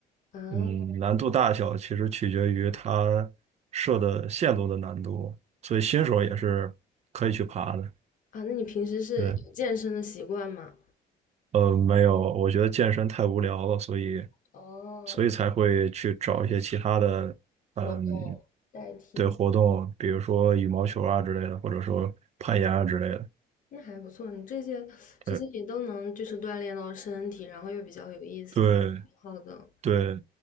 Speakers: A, on the left; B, on the right.
A: 啊
B: 嗯，难度大小其实取决于它设的线路的难度，所以新手也是可以去爬的，
A: 啊！那你平时是有健身的习惯吗？
B: 对，呃，没有，我觉得健身太无聊了，所以
A: 哦，
B: 所以才会去找一些其他的，
A: 活动代替。
B: 嗯，对活动，比如说羽毛球啊之类的，或者说攀岩啊之类的。
A: 那还不错，你这些这些也都能就是锻炼到身体，
B: 对
A: 然后又比较有意思，
B: 对
A: 挺好的。
B: 对，